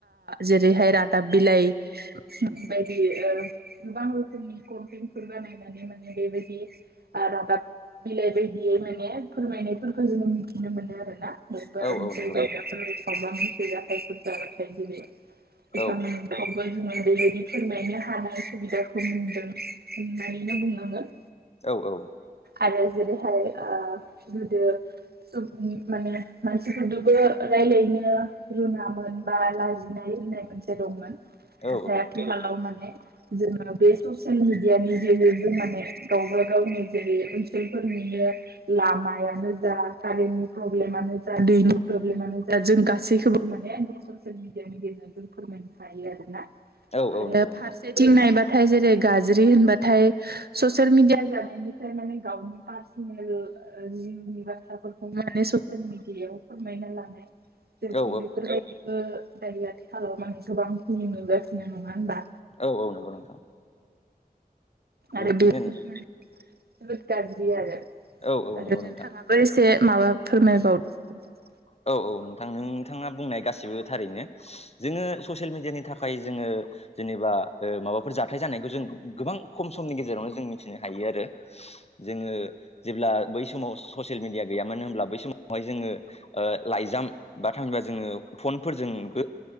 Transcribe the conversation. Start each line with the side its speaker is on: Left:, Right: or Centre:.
Right: जेरैहाय रादाब बिलाइ बायदि गोबां रोखोमनि कनटेन्टफोर बानायनानै माने बेबायदि रादाब बिलाइ बायदियै माने फोरमायनायफोरखौ जोङो मिथिनो मोनो आरो ना <unintelligible>
Left: औ औ नंगौ नोंथां औ
Right: <unintelligible> बेबायदि फोरमायनो हानाय सुबिदाखौ मोनदों होननानैनो बुंनांगोन
Left: औ औ
Right: आरो जेरैहाय गोदो सुबुं माने मानसिफोरदोबो रायलायनो रोङामोन बा लाजिनाय होननाय मोनसे दंमोन
Left: औ
Right: नाथाय आथिखालाव माने जोङो बे ससियेल मिडियानि गेजेरजों माने गावबा गावनि जेरै ओनसोलफोरनिनो लामायानो जा कारेन्टनि प्रब्लेमा जा दैनि प्रब्लेमानो जा जों गासैखौबो माने बे ससियेल मिडियानि गेजेरजों फोरमायनो हायो। आरोना
Left: औ औ
Right: आरो
Left: नंगौ नोंथां
Right: फारसेथिं नायबा थाय जेरै गाज्रि होनबाथाय ससियेल मिडिया जानायनिफ्राय माने गावनि पार्सनेल जिउनि बाथ्राफोरखौ माने ससियेल मिडियायाव फोरमायना लानाय जे
Left: औ
Right: बेफोरबायदिखो दायो आथिखालाव माने गोबांसिन नुगासिनो नंङा होनबा?
Left: औ औ नंगौ नोंथां। औ
Right: आरो
Left: बेनो
Right: बेफोर माने जोबोद गाज्रि आरो।
Left: औ
Right: आरो
Left: नंगौ नोंथां
Right: नोंथांङाबो एसे माबा फोरमायबावदो नोंथां।
Left: औ औ नोंथां नोंथाङा बुंनाय गासिबो थारैनो जोङो ससियेल मिडियानि था खाय जोङो जेनेबा माबाफोर जाथाय जानायखौ जों गोबां खम समनि गेजेरावनो जों मिथिनो हायो आरो। जोङो जेब्ला बै समाव ससियेल मिडिया गैयामानो होमब्ला बै समावहाय जोङो ओ लाइजाम बा थांबा जोङो फनफोरजोंबो